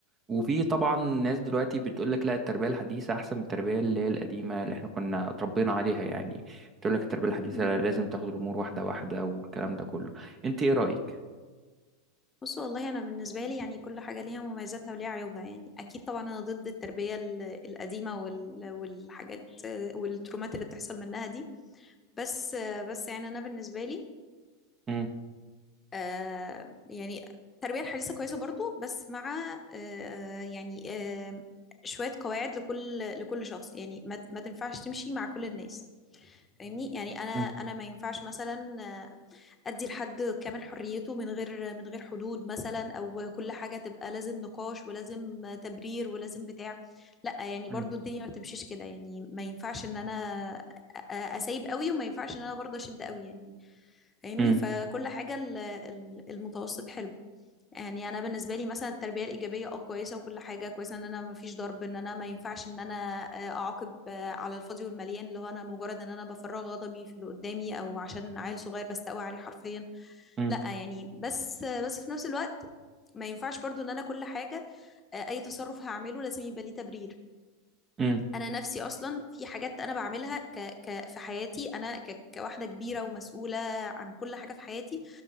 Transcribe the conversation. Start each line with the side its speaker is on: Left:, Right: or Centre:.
Right: وفي طبعا ناس دلوقتي بتقول لك لا التربية الحديثة أحسن من التربية اللي هي القديمة اللي احنا كنا اتربينا عليها يعني بتقول لك التربية الحديثة
Left: امم
Right: لازم تاخد الأمور واحدة واحدة والكلام ده كله أنت إيه رأيك؟
Left: بص والله انا بالنسبه لي يعني كل حاجه ليها مميزاتها وليها عيوبها يعني اكيد طبعا انا ضد التربيه ال- القديمه وال- والحاجات والترومات اللي بتحصل منها دي بس بس يعني انا بالنسبه لي
Right: مم،
Left: آه يعني التربيه الحديثه كويسه برضو بس مع آه يعني آه شويه قواعد لكل لكل شخص يعني ما ما تنفعش تمشي مع كل الناس فاهمني يعني انا
Right: مم،
Left: انا ما ينفعش مثلا ادي لحد كامل حريته من غير من غير حدود مثلا او كل حاجه تبقى لازم نقاش ولازم تبرير ولازم بتاع لا يعني
Right: مم،
Left: برضو الدنيا ما بتمشيش كده يعني ما ينفعش ان انا أ- اسيب قوي وما ينفعش ان انا برضو اشد قوي يعني فاهمني
Right: مم،
Left: فكل حاجه ال- ال- المتوسط حلو يعني انا بالنسبه لي مثلا التربيه الايجابيه اه كويسه وكل حاجه كويسه ان انا ما فيش ضرب ان انا ما ينفعش ان انا آه، اعاقب آه، على الفاضي والمليان اللي هو انا مجرد ان انا بفرغ غضبي في اللي قدامي او عشان عيل صغير بستقوى عليه حرفيا
Right: مم،
Left: لا يعني بس آه، بس في نفس الوقت ما ينفعش برضو ان انا كل حاجه آه، اي تصرف هعمله لازم يبقى ليه تبرير
Right: مم.
Left: انا نفسي اصلا في حاجات انا بعملها ك... ك... في حياتي انا ك... كواحده كبيره ومسؤوله عن كل حاجه في حياتي